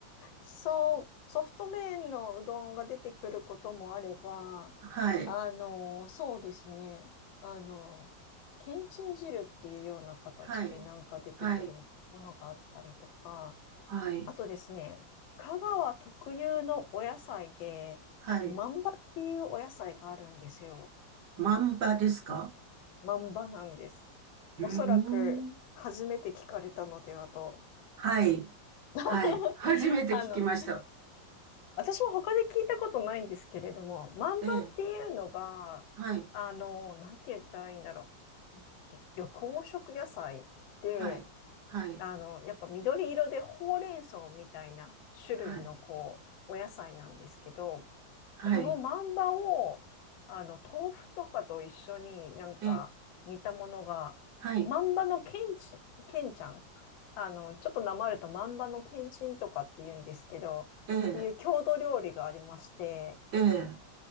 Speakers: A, on the left; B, on the right.
A: そう、ソフト麺のうどんが出てくることもあれば、
B: はい。
A: あの、そうですね。あの、けんちん汁っていうような形でなんか出てくるものがあったりとか、
B: はい。はい。はい。
A: あとですね、香川特有のお野菜で、
B: はい。
A: まんばっていうお野菜があるんですよ。
B: 万場ですか
A: まんばなんです。
B: うーん。
A: おそらく初めて聞かれたのではと。
B: はい。
A: <laughs>
B: はい。初めて聞きました。
A: あの、私も他で聞いたことないんですけれども、マンバっていうのが、
B: ええ。はい。
A: あの、なんて言ったらいいんだろう。緑黄色野菜で、
B: はい。はい。
A: あの、やっぱ緑色でほうれん草みたいな種類のこう、
B: はい。
A: お野菜なんですけど、
B: はい。
A: このマンバを、あの、豆腐とかと一緒になんか煮たものが、
B: ええ。はい。
A: マンバのけんち、けんちゃん。あの、ちょっとなまるとマンバのけんちんとかって言うんですけど、っていう郷土料理がありまして、
B: ええ。ええ。